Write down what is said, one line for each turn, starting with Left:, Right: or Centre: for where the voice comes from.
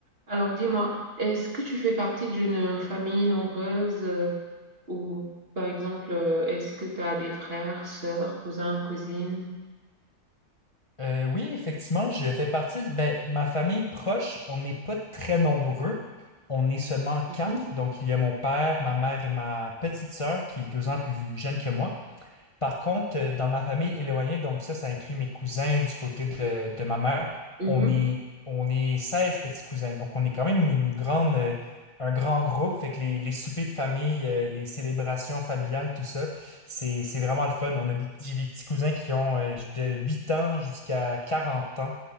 Right: Alors dis-moi, est-ce que tu fais partie d'une famille nombreuse euh, ou par exemple, euh, est-ce que tu as des frères, sœurs, cousins, cousines?
Left: Euh, oui, effectivement, je fais partie. Ben, ma famille proche, on n'est pas très nombreux. On est seulement
Right: Mhm.
Left: quatre. Donc, il y a mon père, ma mère et ma petite sœur qui est deux ans plus jeune que moi. Par contre, euh, dans ma famille éloignée, donc ça, ça inclut mes cousins du côté de, de ma mère,
Right: Mhm.
Left: on est, on est 16 petits cousins. Donc, on est quand même une grande, euh, un grand groupe. Fait que les, les soupers de famille, euh, les célébrations familiales, tout ça, c'est, c'est vraiment le fun. On a des, j'ai des petits cousins qui ont euh, de 8 ans jusqu'à 40 ans.